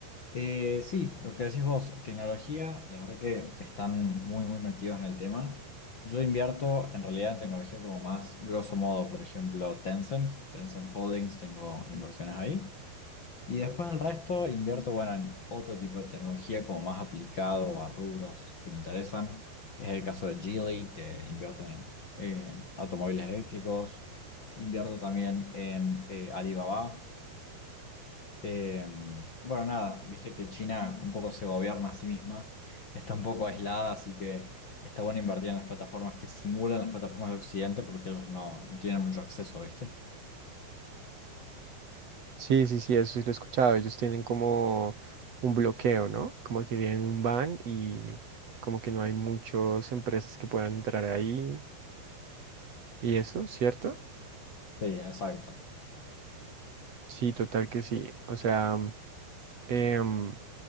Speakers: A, on the left; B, on the right.
A: Eh, sí, lo que decís vos, tecnología, la verdad que están muy, muy metidos en el tema. Yo invierto en realidad en tecnología como más grosso modo, por ejemplo, Tencent, Tencent Holdings, tengo inversiones ahí. Y después el resto invierto, bueno, en otro tipo de tecnología como más aplicado a rubros que me interesan. Es el caso de Geely, que invierte en eh, automóviles eléctricos. Invierto también en eh, Alibaba. Eh, bueno, nada, viste que China un poco se gobierna a sí misma. Está un poco aislada, así que está bueno invertir en las plataformas que simulan las plataformas de Occidente porque ellos no, no tienen mucho acceso, ¿viste?
B: Sí, sí, sí, eso sí lo he escuchado. Ellos tienen como un bloqueo, ¿no? Como que tienen un ban y como que no hay muchas empresas que puedan entrar ahí y eso, ¿cierto?
A: Sí, exacto.
B: Sí, total que sí. O sea, em,